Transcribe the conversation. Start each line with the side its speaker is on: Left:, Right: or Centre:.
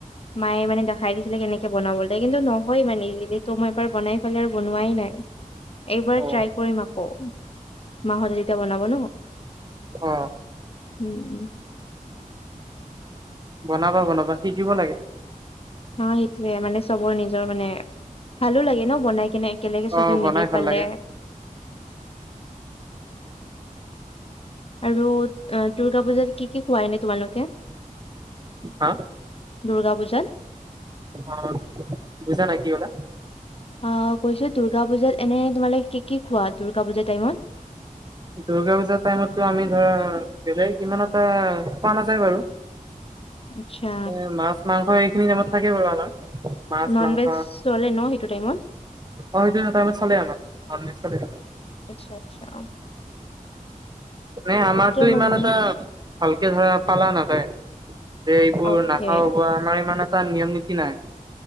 Left: মায়ে মানে দেখাই দিছিলে কেনেকে বনাব লাগে কিন্তু নহয় মানে তো মই এবাৰ বনাই ফেলে আৰু বনোৱাই নাই। এইবাৰ
Right: অ
Left: ট্ৰাই কৰিম আকৌ মাহঁত যেতিয়া বনাব ন।
Right: অ।
Left: উম, উম।
Right: বনাবা-বনাবা, শিকিব লাগে।
Left: অ, সেইটোয়ে মানে চবৰে নিজৰ মানে ভালো লাগে ন বনাই কিনে একেলগে চবে
Right: অ বনাই
Left: মিলি
Right: ভাল
Left: পালে।
Right: লাগে
Left: আৰু অ দুৰ্গা পূজাত কি কি খোৱা এনে তোমালোকে?
Right: হা?
Left: দুৰ্গা পূজাত।
Right: অ, বুজা নাই কি কলা?
Left: অ, কৈছো দুৰ্গা পূজাত এনে তোমালোক কি কি খোৱা দুৰ্গা পূজাৰ টাইমত?
Right: দুৰ্গা পুজাৰ টাইমততো আমি ধৰা বেলেগ ইমান এটা কোৱা নাযায় বাৰু।
Left: আচ্ছা
Right: এ মাছ-মাংস এইখিনি টাইমত থাকে বাৰু আমাৰ। মাছ
Left: নন
Right: মাংস
Left: ভেজ চলে ন সেইটো টাইমত?
Right: অ, সেইটো টাইমত চলে আমাৰ নন ভেজ চলে।
Left: আচ্ছা, আচ্ছা অ।
Right: এনে আমাৰতো ইমান
Left: মানে
Right: এটা ভালকে ধৰা পালা নাযায় যে এইবোৰ
Left: অকে
Right: নাখাও ব আমাৰ ইমান এটা নিয়ম-নীতি নাই,